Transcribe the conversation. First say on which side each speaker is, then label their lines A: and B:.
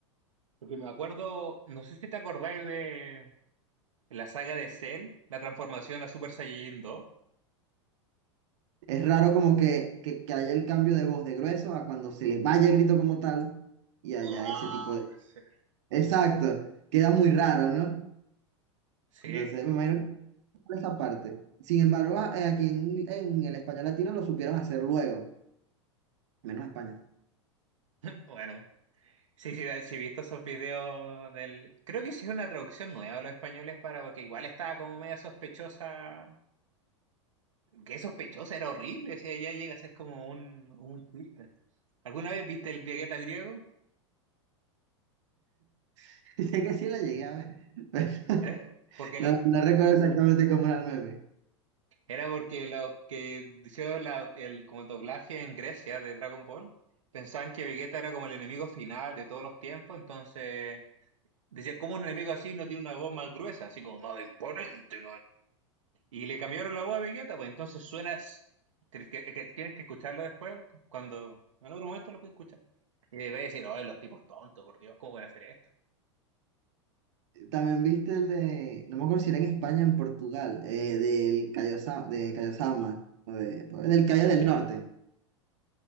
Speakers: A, on the right; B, on the right.
A: Porque me acuerdo, no sé si te acordáis de la saga de Cell, la transformación a Super Saiyajin dos
B: Es raro como que, que, que haya el cambio de voz de grueso a cuando se le vaya el grito como tal y haya
A: ¡Uah!
B: ese tipo de...
A: Sí,
B: Exacto, queda muy raro, ¿no?
A: sí,
B: Entonces me imagino que por esa parte. Sin embargo, a- eh, aquí en, en el español latino lo supieron hacer luego, menos España.
A: <laughs> bueno. Sí, sí, sí, he visto esos videos del... Creo que hicieron una traducción nueva a los españoles para... Porque igual estaba como media sospechosa. Qué sospechosa, era horrible. O sea, ya llega a ser como un, un chiste. ¿Alguna vez viste el Vegeta griego?
B: <laughs> Sé que sí la llegué a ver, pero
A: Era porque
B: no,
A: los,
B: no recuerdo exactamente cómo era el meme.
A: era porque los que hicieron la- el, como el doblaje en Grecia de Dragon Ball pensaban que Vegeta era como el enemigo final de todos los tiempos. Entonces decían, ¿cómo un enemigo así no tiene una voz más gruesa? Así como más imponente. Y le cambiaron la voz a Vegeta, pues entonces suenas, que, que- que tienes que escucharlo después, cuando en otro momento lo puedes escuchar. Y le a decir, oh, los tipos tontos, por Dios, ¿cómo pueden hacer esto?
B: También viste el de, no me acuerdo si era en España o en Portugal, eh, del Cayo Sa- de Cayo Sama, o de- o del Cayo del Norte,